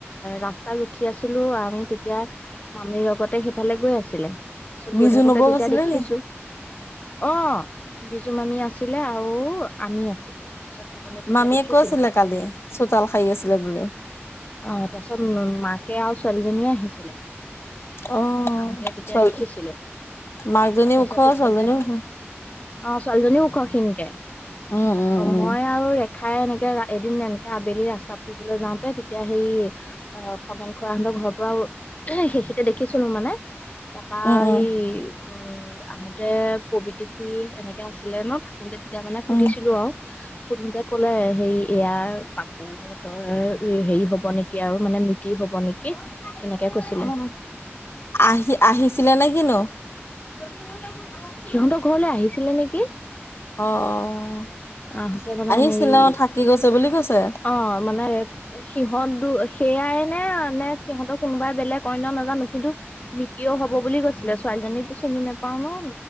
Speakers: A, on the left; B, on the left.
A: ৰাস্তা ৰখি আছিলো আমি তেতিয়া মামীৰ লগতে সেইফালে গৈ আছিলে। তাৰপিছত
B: বিজু
A: গৈ থাকোতে
B: নবৌ
A: তেতিয়া
B: গৈছিলে
A: দেখিছো
B: নি
A: অ, বিজু মামি আছো। আছিলে আৰু আমি আছিলো। তাৰপিছত থাকোতে তেতিয়া
B: মামীয়ে
A: দেখিছিলো
B: কৈছিলে কালি চোতাল খাই আছিলে বুলি।
A: অ, তাৰপিছত মাকে আৰু ছোৱালীজনীয়ে আহিছিলে।
B: অ
A: আহোতে তেতিয়া
B: ছোৱালী
A: দেখিছিলো
B: মাকজনী
A: তাৰছতখনতে
B: ওখ ছোৱালীজনী
A: অ,
B: ওখ
A: ছোৱালীজনী ওখ সনকে।
B: উম উম
A: অ,
B: উম
A: মই আৰু খাই এনেকে, এদিন এনেকে আবেলি ৰাস্তা ফুৰিবলৈ যাওঁতে তেতিয়া সেই অ, খগেন খৰা সক ঘৰ পৰা সেইখিতে দেখিছিলো মানে। তাৰাপা
B: উম
A: এই উম, আহোতে পবতি খুৰী এনেকে আছিলে ন থাকোতে। এতিয়া মানে সুধিছিলো
B: উম
A: আৰু। সুধোতে ক'লে হে এয়াাৰ পাপুহতৰ হেৰি হ'ব নেকি আৰু মানে মিতি হ'ব নেকি। তেনেকে কৈছিলে
B: উ, আহি আহিছিলে নে কিনো।
A: সিহঁতৰ ঘৰলৈ আহিছিলে নেকি।
B: অ', অ'।
A: আহোতে মানে
B: আহিছিলে
A: হেৰি অ,
B: থাকি গৈছে বুলি কৈছে
A: মানে সিহতো সেয়াই নে নে সিহঁতৰ কোনোবাই বেলেগ অনইন্য নাজানো কিন্তু মৃতিও হ'ব বুলি গৈছিলে ছোৱালীজনী চিনি নাপাও ন।